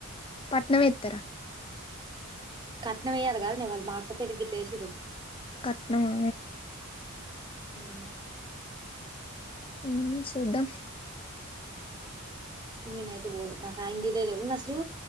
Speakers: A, on the left; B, on the right.
A: పట్నం ఎత్తరా
B: కట్నం ఏ య్యాలి కాదనే వాళ్ళు మాఅక్క పెళ్లికి గిట్టేసిర్రు
A: కట్నమా
B: హ్మ్
A: ఏమో సూద్దం
B: నేనైతే పోను నాకు ఆయంగిలెలేవ్ నెను అసలు